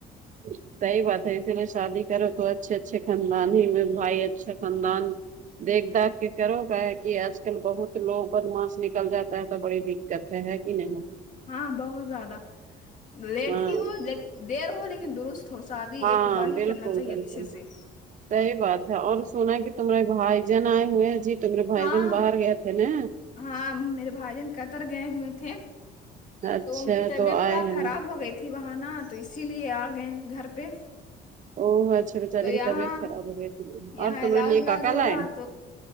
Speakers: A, on the right; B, on the left.
A: اچ صحیح بات ہے اسی لیے شادی کرو تو اچھے اچھے خاندان ہی بھائی اچھے خاندان دیکھ داکھ کے کرو کیا ہے کہ آج کل بہت لوگ بدماش نکل جاتا ہے تو بڑے دککت ہے کی نہیں
B: ہاں بہت زیادہ لیٹ
A: ہاں
B: ہی ہو دیر ہو لیکن درست ہو شادی
A: ہاں
B: ایک بار ہی
A: بالکل
B: کرنا چاہیے
A: بالکل
B: اچھے سے
A: صحیح بات ہے اور سنا کی تمہارے بھائی جن آئے ہوئے ہیں جی تمہارے بھائی
B: ہاں
A: جن باہر گئے تھے نا
B: ہاں میرے بھائی جان قطر گئے ہوئے تھے
A: اچھا
B: تو ان کی طبیعت
A: تو آئے
B: تھوڑا
A: ہیں
B: خراب
A: نا
B: ہو گئی تھی وہاں نا تو اسی لیے آ گئے گھر پہ
A: او اچھا بچارے
B: تو یہاں
A: کی طبیعت خراب ہو گئی تھی اور
B: یہاں
A: تمہارے
B: علاج
A: لیے
B: ولاج
A: کیا کیا
B: ہو
A: لائیں
B: رہا تو